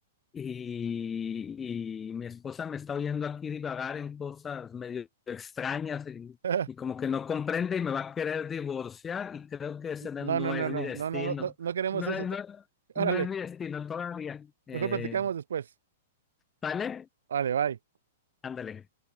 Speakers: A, on the left; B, on the right.
A: y, y mi esposa me está oyendo aquí divagar en cosas medio extrañas y,
B: <laughs>
A: y como que no comprende y me va a querer divorciar y creo que ese no
B: No,
A: no
B: no, no,
A: es
B: no,
A: mi destino.
B: no, no, no, no, no queremos
A: No,
B: eso.
A: es- no,
B: Órale,
A: no es mi destino todavía. Eh,
B: mejor platicamos después.
A: ¿vale?
B: Vale, bye.
A: Ándale.